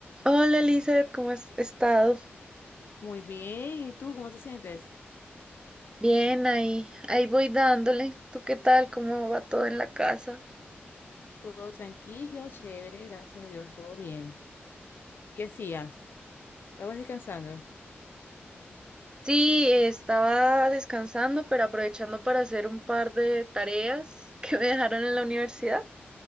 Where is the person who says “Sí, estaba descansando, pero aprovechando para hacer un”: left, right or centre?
Right